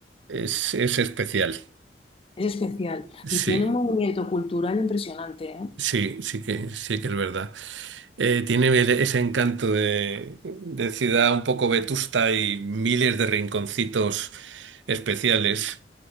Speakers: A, on the right; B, on the left.
A: es, es especial.
B: Es especial
A: Sí,
B: y tiene un movimiento cultural impresionante, ¿eh?
A: sí, sí que, sí que es verdad. Eh, tiene el- ese encanto de, de ciudad un poco vetusta y miles de rinconcitos especiales.